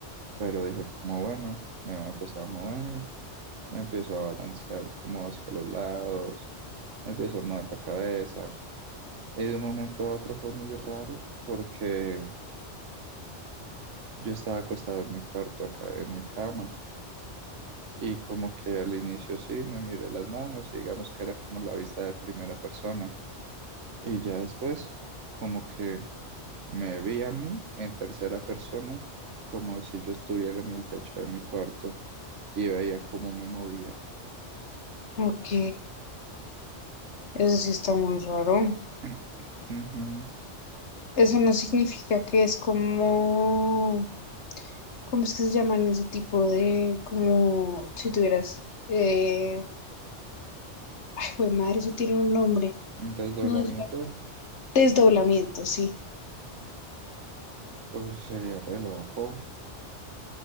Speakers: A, on the right (about 80°); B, on the left (about 70°).
A: Pero dije como, bueno, me voy a empezar a mover, me empiezo a balancear como hacia los lados, me empiezo a mover la cabeza. Y de un momento a otro fue muy raro porque yo estaba acostado en mi cuarto acá, en mi cama. Y como que al inicio sí, me miré las manos y digamos que era como la vista de primera persona. Y ya después, como que... Me vi a mí en tercera persona como si yo estuviera en el techo de mi cuarto y veía cómo me movía.
B: Ok, eso sí está muy raro.
A: <clears throat> Ujú.
B: Eso no significa que es como, ¿cómo es que se llaman ese tipo de, como si tuvieras, eh, ay, güey, madre, eso tiene un nombre.
A: El desdoblamiento,
B: No es desdoblamiento, sí.
A: pues sería re loco.